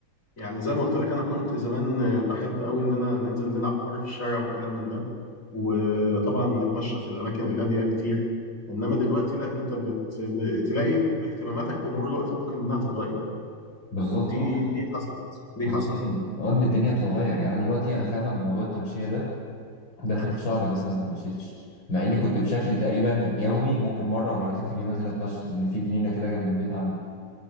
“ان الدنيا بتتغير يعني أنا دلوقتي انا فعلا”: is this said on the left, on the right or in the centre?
Left